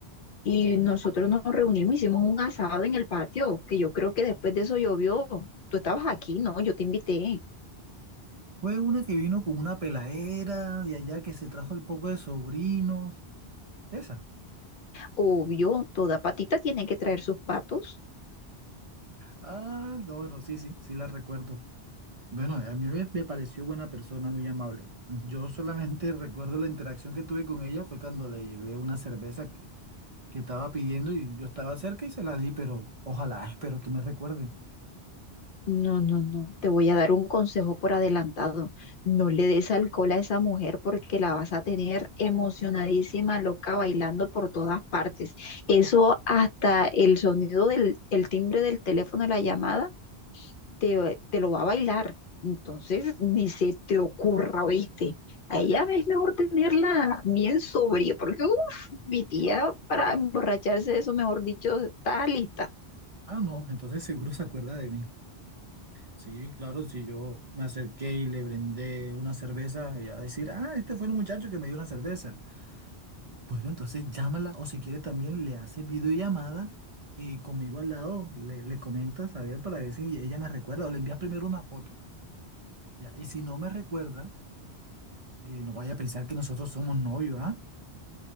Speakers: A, on the left; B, on the right.
A: y nosotros nos reunimos, hicimos un asado en el patio, que yo creo que después de eso llovió. Tú estabas aquí, ¿no? Yo te invité.
B: Fue una que vino con una peladera de allá que se trajo el poco de sobrinos. Esa.
A: Obvio, toda patita tiene que traer sus patos.
B: Ah, no, bueno, sí, sí, sí la recuerdo. Bueno, a mí me, me pareció buena persona, muy amable. Yo solamente <laughs> recuerdo la interacción que tuve con ella fue cuando le llevé una cerveza que, que estaba pidiendo y yo estaba cerca y se la di, pero ojalá, espero que me recuerde.
A: No, no, no. Te voy a dar un consejo por adelantado. No le des alcohol a esa mujer porque la vas a tener emocionadísima, loca, bailando por todas partes. Eso hasta el sonido del el timbre del teléfono, la llamada, te, te lo va a bailar. Entonces, ni se te ocurra, ¿viste? A ella es mejor tenerla bien sobria porque, uff, mi tía para emborracharse, eso mejor dicho, está lista.
B: Ah, no, entonces seguro se acuerda de mí. Sí, claro, si yo me acerqué y le brindé una cerveza, ella va a decir, ah, este fue el muchacho que me dio una cerveza. Bueno, entonces llámala o si quieres también le haces videollamada y conmigo al lado le, le comentas, a ver, para ver si ella me recuerda o le envías primero una foto. Ya, y si no me recuerda, eh, no vaya a pensar que nosotros somos novios, ¿ah?